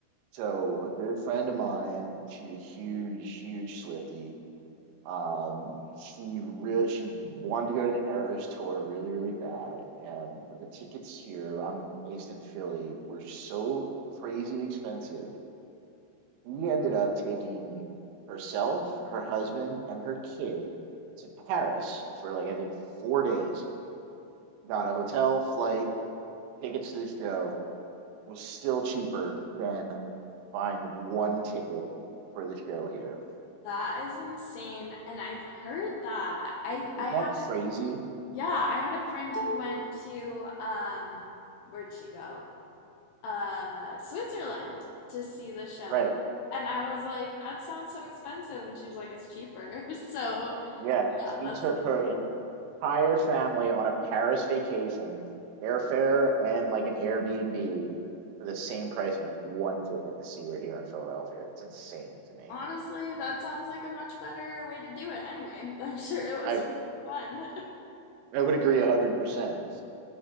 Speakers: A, on the right; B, on the left.
A: So, a good friend of mine, she's a huge, huge Swifty. Um, she real she wanted to go to the Eras tour really, really bad, and but the tickets here, I'm based in Philly, were so crazy expensive we ended up taking herself, her husband, and her kid to Paris for like I think four days. Got a hotel, flight, tickets to the show was still cheaper than buying one ticket for the show here.
B: That is insane, and I've heard that. I
A: Isn't
B: I had
A: that crazy?
B: yeah, I had a friend who went to um where'd she go? uh, Switzerland to see the show.
A: Right.
B: And I was like, that sounds so expensive. And she's like, it's cheaper. <laughs> So,
A: Yeah.
B: yeah,
A: She
B: that's
A: took
B: amazing.
A: her entire family on a Paris vacation, airfare and like an Airbnb for the same price of one ticket to see her here in Philadelphia. It's insane to me.
B: Honestly, that sounds like a much better way to do it. Anyway, <laughs> I'm sure it was
A: I
B: really fun. <laughs>
A: I would agree one hundred percent.